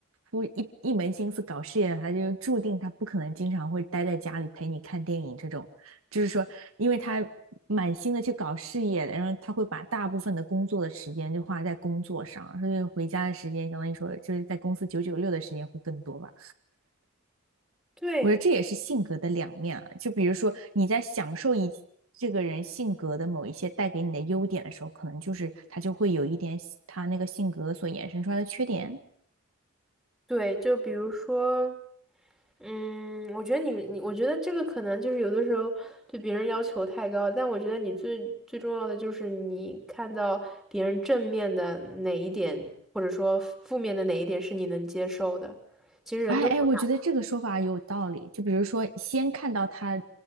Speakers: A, on the right (about 70°); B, in the centre.
A: 不一一门心思搞事业，他就注定他不可能经常会待在家里陪你看电影这种。就是说，因为他满心的去搞事业，然后他会把大部分的工作的时间就花在工作上，所以回家的时间，相当于说就是在公司九九六的时间会更多吧。
B: 对，
A: 我觉得这也是性格的两面啊。就比如说你在享受一这个人性格的某一些带给你的优点的时候，可能就是他就会有一点他那个性格所衍生出来的缺点。
B: 对，就比如说。嗯，我觉得你你，我觉得这个可能就是有的时候对别人要求太高，但我觉得你最最重要的就是你看到别人正面的哪一点，或者说负面的哪一点是你能接受的。其实人都有，
A: 哎哎，我觉得这个说法有道理。就比如说，先看到他